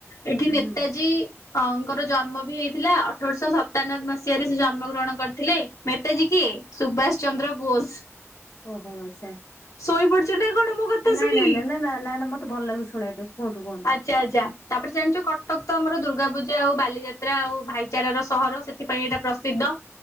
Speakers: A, on the left; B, on the left.
A: ଏଠି
B: ହୁଁ
A: ନେତାଜୀ ଅଙ୍କର ଜନ୍ମ ବି ହେଇ ଥିଲା ଅଠରଶହ ସତାନବେ ମସିହାରେ ସେ ଜନ୍ମଗ୍ରହଣ କରି ଥିଲେ ମେତାେଜୀ କିଏ ସୁଭାଷ ଚନ୍ଦ୍ର ବୋଷ।
B: ଓହୋ ଆଚ୍ଛା।
A: ଶୋଇପଡୁଛ ନା କଣ ମୋ କଥା
B: ନାଇଁ
A: ଶୁଣିକି?
B: ନାଇଁ ନାଇଁ ନା ନା ମତେ ଭଲ ଲାଗୁନି ଶୁଣିବା ପାଇଁ। କୁହନ୍ତୁ କୁହନ୍ତୁ
A: ଆଚ୍ଛା ଆଚ୍ଛା। ତାପରେ ଜାଣିଛ କଟକ ତ ଆମର ଦୁର୍ଗା ପୂଜା ଆଉ ବାଲିଯାତ୍ରା ଆଉ ଭାଇଚାରା ର ସହର ସେଥିପାଇଁ ଏଇଟା ପ୍ରସିଦ୍ଧ।